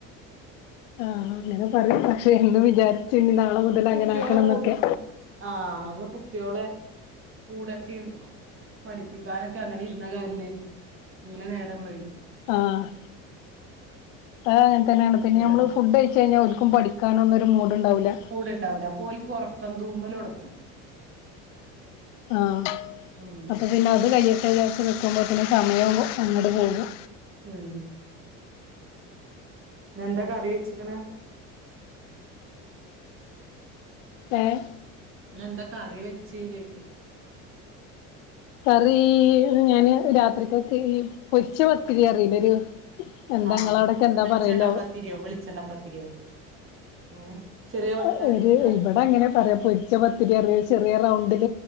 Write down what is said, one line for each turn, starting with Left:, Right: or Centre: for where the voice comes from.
Left: ആഹ് അങ്ങനെ പറയും പക്ഷെ എന്നും വിചാരിച്ചു
Right: ഉം.
Left: ഇനി നാളെ മുതല്
Right: കുട്ടികളെ
Left: അങ്ങനെ ആക്കണം
Right: കൂ
Left: എന്നൊക്കെ
Right: ആഹ് അന്ന് കുട്ടിയോളെ കൂടൊക്കെയും പഠി പ്പിക്കാനൊക്കെ അങ്ങനെ ഇരുന്ന കാരണെ അങ്ങനെ നേരം വൈകി.
Left: ആഹ് അത് അങ്ങനെ തന്നെയാണ്. പിന്നെ
Right: എട
Left: നമ്മള് ഫുഡ് കഴിച്ച് കഴിഞ്ഞാ ഓര്ക്കും പഠിക്കാനൊന്നും ഒരു മൂഡ്ണ്ടാവൂല്ല.
Right: മൂഡ്ണ്ടാവൂല അപ്പോ ഓൽക്ക് ഒറ ക്കം തൂങ്ങലൊടത്തും.
Left: ആഹ്
Right: ഉം
Left: അപ്പ പിന്നെ അത് കഴിയട്ടെന്ന് വിചാരിച്ച് നിക്കുമ്പോഴത്തനും സമയവും അങ്ങട് പോകും.
Right: ഉം ഇന്ന് എന്താ കറി വെച്ചിക്ക്ണെ
Left: ഏഹ്
Right: ഇന്ന് എന്താ കറി വെച്ച് ചോയ്ക്ക
Left: കറി ഞാന് രാത്രിക്കക്ക് പൊരിച്ച പത്തിരി പറയില്ലേ ഒരു എന്താ
Right: ആഹ്
Left: ഇങ്ങളവിടൊക്കെ എന്താ
Right: വെളിച്ചെണ്ണപ്പത്തിരിയോ
Left: പറയലാവോ
Right: വെളിച്ചെണ്ണപ്പത്തിരിയോ അങ്ങനെ ചെറിയ വട്ടാക്കിട്ട്
Left: ഏഹ് ഒരു ഇവിടെ അങ്ങനെ പറയാം പൊരിച്ച പത്തിരി അറിയ ചെറിയ റൗണ്ടിൽ